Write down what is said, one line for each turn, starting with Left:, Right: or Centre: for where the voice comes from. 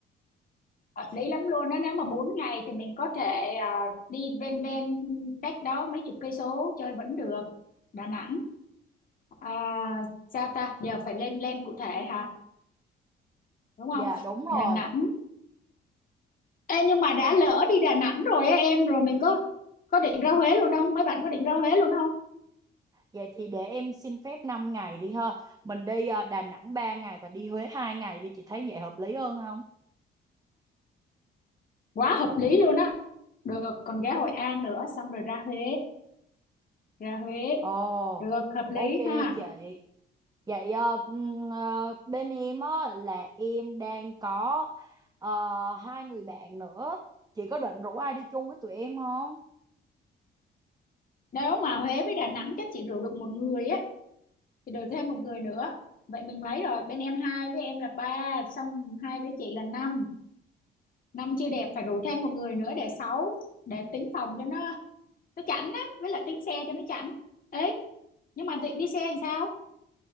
Left: hợp lý lắm luôn đó nếu mà 4 ngày thì mình có thể à, đi ven ven cách đó mấy chục cây số chơi vẫn được Đà Nẵng À, sao ta giờ phải lên lên cụ thể hả đúng không
Right: Dạ đúng rồi.
Left: Đà Nẵng Ê, nhưng mà đã lỡ đi Đà Nẵng rồi á em rồi mình có có định ra Huế luôn không mấy bạn có định ra Huế luôn không
Right: Vậy thì để em xin phép 5 ngày đi ha. Mình đi ờ, Đà Nẵng 3 ngày và đi Huế 2 ngày đi. Chị thấy vậy hợp lý hơn không?
Left: quá hợp lý luôn á được còn ghé Hội An nữa xong rồi ra Huế ra Huế
Right: Ồ,
Left: được hợp lý
Right: ok
Left: ha
Right: chị. Vậy ờ, ừm, ờ, bên em á, là em đang có ờ, hai người bạn nữa. Chị có định rủ ai đi chung với tụi em không?
Left: nếu mà Huế với Đà Nẵng chắc chị rủ được một người á thì được thêm một người nữa vậy mình mấy rồi bên em hai với em là ba xong hai đứa chị là năm năm chưa đẹp phải rủ thêm một người nữa để sáu để tính phòng cho nó nó chảnh á với lại tiếng xe cho nó chảnh ấy nhưng mà định đi xe làm sao